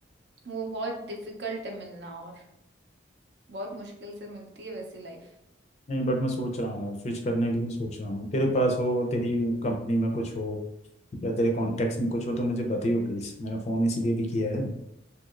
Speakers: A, on the right; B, on the left.
A: वो बहुत डिफिकल्ट है मिलना और बहुत मुश्किल से मिलती है वैसी लाइफ
B: नहीं बट मैं सोच रहा हूँ यार स्विच करने के लिए सोच रहा हूँ तेरे पास हो तेरी कंपनी में कुछ हो या तेरे कॉन्टेक्ट्स में कुछ हो तो मुझे बताइयो प्लीज़ मैंने फ़ोन इसीलिए भी किया है